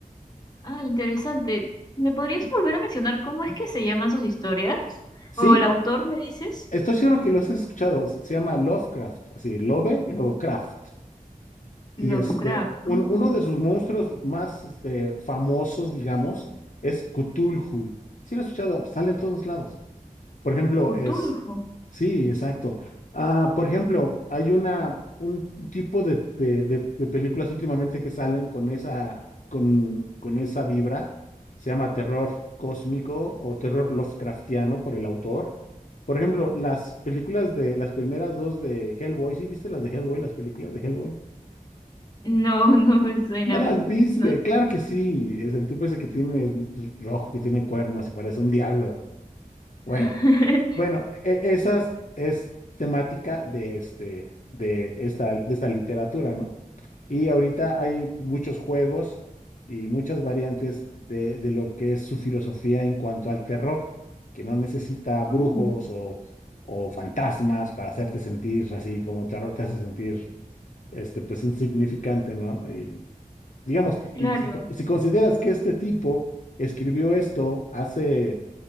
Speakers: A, on the left; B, on the left.
A: Ah, interesante. ¿Me podrías volver a mencionar cómo es que se llaman sus historias?
B: Sí,
A: ¿O el autor me dices?
B: Estoy seguro que lo has escuchado. Se se llama Lovecraft, así, Love y luego Craft. Y
A: Lovecraft.
B: este, un-
A: Oh,
B: uno de sus monstruos más este, famosos, digamos, es Cthulhu. Sí lo he escuchado, sale en todos lados. Por ejemplo,
A: Cthulhu.
B: Sí, exacto. Ah, por ejemplo, hay una, un tipo de, de- de- de películas últimamente que salen con esa, con, con esa vibra. Se llama terror cósmico o terror Lovecraftiano por el autor. Por ejemplo, las películas de las primeras dos de Hellboy. ¿Sí viste las de Hellboy, las películas de Hellboy?
A: No, <laughs> no me suena.
B: ¿No las viste?
A: No.
B: Claro que sí. Es el tipo ese que tiene es rojo, que tiene cuernos y parece un diablo. Bueno.
A: <laughs>
B: Bueno, e- esas es temática de este, de esta, de esta literatura, ¿no? Y ahorita hay muchos juegos y muchas variantes de, de lo que es su filosofía en cuanto al terror, que no necesita brujos
A: Mm,
B: o, o fantasmas para hacerte sentir así como terror te hace sentir, este, pues insignificante, ¿no? Y digamos,
A: Claro.
B: y si, co- si consideras que este tipo escribió esto hace